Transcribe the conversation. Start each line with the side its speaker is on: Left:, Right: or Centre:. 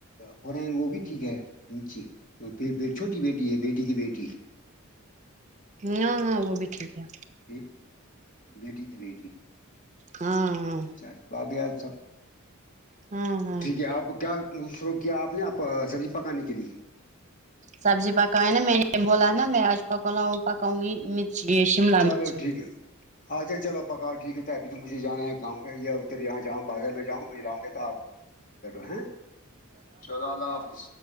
Left: ہون بہن وہ بھی ٹھیک ہے جی چھوٹی بیٹی ہے بیٹی کی بیٹی
Right: ہاں ہاں وہ بھی ٹھیک ہے
Left: بی بیٹی کی بیٹی
Right: ہاں ہاں
Left: اچھا باقی سب یار
Right: ہاں ہاں
Left: ٹھیک ہے آپ کا شروع کیا آپ نے آپ سبزی پکانے کے لیے
Right: سبزی پکا ہے نا میں نے بولا ہے نا میں آج پکا لا پکاوں گی یہ شملہ
Left: چلو
Right: مرچی
Left: ٹھیک ہے اچھا چلو پکاو ٹھیک ہے چائے پی کے مجھے جانا ہے کام میں یا ادھر یہاں جاو بازر میں جاوں مہلاوں گے تو آپ بیٹھو ہیں چلو اللہ حافظ